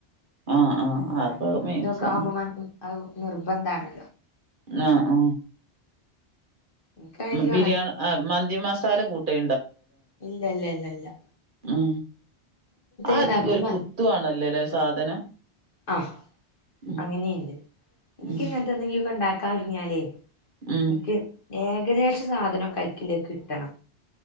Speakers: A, on the right; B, on the left.
A: ആഹ് ആഹ് അതൊക്കെ
B: മന്തീ
A: മിക്സ്
B: തൊക്കെ ആവുമ്പോ അഹ് നിർബന്ധാണ്.
A: ആ ആ
B: എനിക്കാണെങ്കിലും
A: ബിരി അ മന്തി മസാല കൂട്ടേ
B: ഇല്ലല്ല ല്ല ല്ല
A: ഉംആ
B: ഇണ്ടാക്കുമ്പോ
A: അധികൊരു കുത്തുവാണല്ലോലേ സാധനം
B: അഹ്
A: ഉം
B: അങ്ങനെണ്ട് ഇൻക്ക്
A: ഉം
B: ഇങ്ങനത്തെന്തെങ്കിലും ഇണ്ടാക്കാൻ ഒരുങ്ങിയാലേയ്
A: ഉം
B: നിക്ക് ഏകദേശസാധനൊക്കെ അയ്ക്ക്‌ള്ളത് കിട്ടണം.